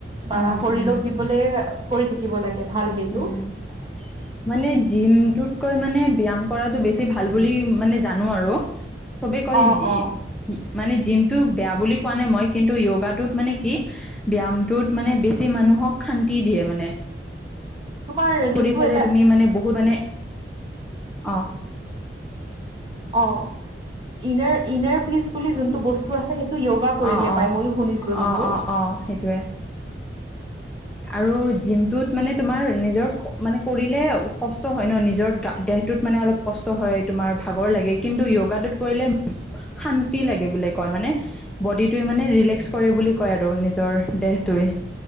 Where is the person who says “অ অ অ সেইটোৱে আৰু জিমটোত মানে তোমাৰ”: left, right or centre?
Centre